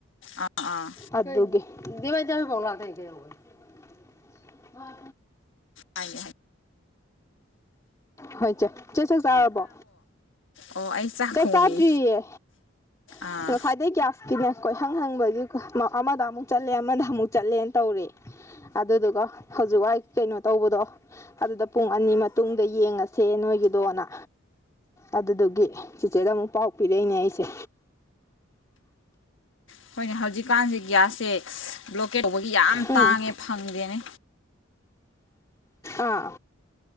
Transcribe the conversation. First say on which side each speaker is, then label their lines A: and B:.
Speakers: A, on the left; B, on the left.
A: ꯑꯥ ꯑꯥ
B: ꯑꯗꯨ ꯑꯗꯨꯦꯗꯤꯕꯥꯥꯏꯗꯤꯕꯥꯎ ꯂꯥꯛꯗꯦ ꯍ ꯊ
A: ꯍꯥꯏ
B: ꯍꯣꯏ ꯆꯦ ꯆꯦ ꯆꯦ ꯆꯥꯔꯕꯣ
A: ꯑꯣ ꯑꯩ
B: ꯆꯥꯛ
A: ꯊꯣꯡꯉꯤ
B: ꯆꯥꯗ꯭ꯔꯤꯌꯦ
A: ꯑꯥ
B: ꯑꯁ ꯉꯁꯥꯏꯗꯒꯤꯩ ꯀꯌꯥ ꯅꯦ ꯀꯣꯏ ꯍꯪ ꯍꯪꯕꯒꯤ ꯑꯃꯗ ꯑꯃꯨꯛ ꯆꯠꯂꯦ ꯑꯃꯗ ꯑꯃꯨꯛ ꯆꯠꯂꯦꯅ ꯇꯧꯔꯦ ꯑꯗꯨꯗꯨꯒ ꯍꯧꯖꯤꯛ ꯋꯥꯏ ꯀꯩꯅꯣ ꯇꯧꯕꯗꯣ ꯑꯗꯨꯗ ꯄꯨꯡ ꯑꯅꯤ ꯃꯇꯨꯡꯗ ꯌꯦꯡꯉꯁꯦ ꯅꯣꯏꯒꯤꯗꯣꯅ ꯑꯗꯨꯗꯨꯒꯤ ꯆꯤꯆꯦꯗ ꯑꯃꯨꯛ ꯄꯥꯎ ꯄꯤꯔꯛꯏꯅꯦ ꯑꯩꯁꯦ
A: ꯍꯈꯣꯏꯅꯦ ꯍꯧꯖꯤꯛꯀꯥꯟꯁꯦ ꯒ꯭ꯌꯥꯁꯁꯦ ꯕ꯭ꯂꯣꯀꯦꯠ ꯇꯧꯕꯒꯤ ꯌꯥꯝ
B: ꯎꯝ
A: ꯇꯥꯡꯉꯦ ꯐꯪꯗꯦꯅꯦ
B: ꯑꯥ